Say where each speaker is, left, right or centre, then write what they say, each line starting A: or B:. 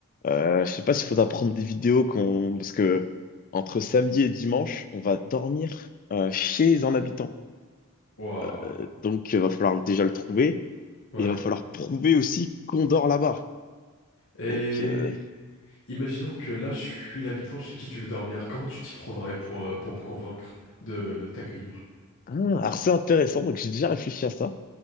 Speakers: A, on the left; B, on the left.
A: Euh, je sais pas s'il faudra prendre des vidéos qu'on... parce que entre samedi et dimanche, on va dormir euh, chez un habitant.
B: Waouh.
A: Euh, donc, il va falloir déjà le trouver
B: Ouais.
A: et il va falloir prouver aussi qu'on dort là-bas.
B: Et
A: Donc, euh,
B: imaginons que là, je suis l'habitant chez qui tu veux dormir. Comment tu t'y prendrais pour, euh, pour me convaincre de t'accueillir?
A: ah, alors c'est intéressant. Donc, j'ai déjà réfléchi à ça.